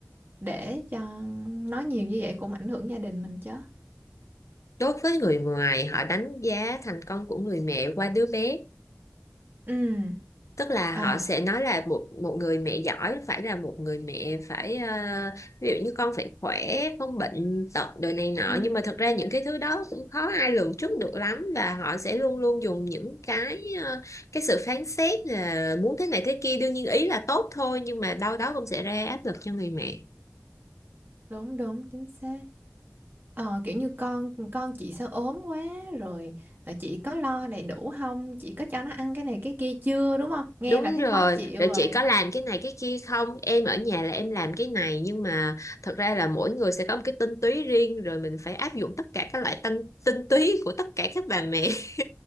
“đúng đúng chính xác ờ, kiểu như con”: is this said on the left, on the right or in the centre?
Right